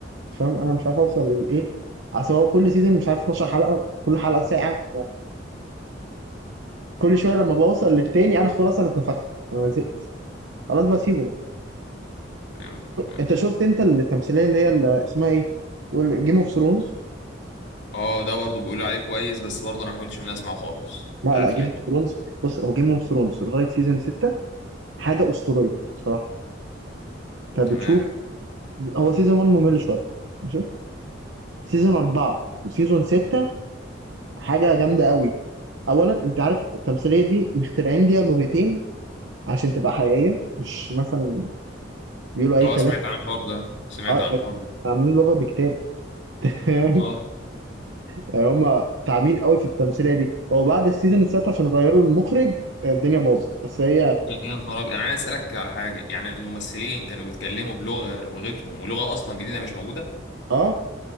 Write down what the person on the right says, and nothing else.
فاهم انا مش عارف اوصل للايه اصل هو كل سيزون مش عارف 12 حلقه كل حلقه ساعه <laughs> كل شويه لما بوصل للتاني انا خلاص انا اتنفخت انا زهقت خلاص بسيبه
انت شفت انت التمثيليه اللي هي اللي اسمها ايه جيم اوف ثرونز
لا
لا جيم
اوف ثرونز بص هو جيم اوف ثرونز لغايه سيزون 6 حاجه اسطوريه بصراحه انت
بتشوف هو سيزون 1 ممل شويه ماشي سيزون 4 وسيزون 6 حاجه جامده قوي اولا انت عارف التمثيليه دي مخترعين ليها لغتين عشان تبقى حقيقيه مش مثلا بيقولوا اي
كلام
اه
ده
عاملين لغه بكتاب <laughs>
يعني هم تعبين قوي في التمثيليه دي هو بعد السيزون السادس عشان غيروا المخرج الدنيا باظت بس هي
اه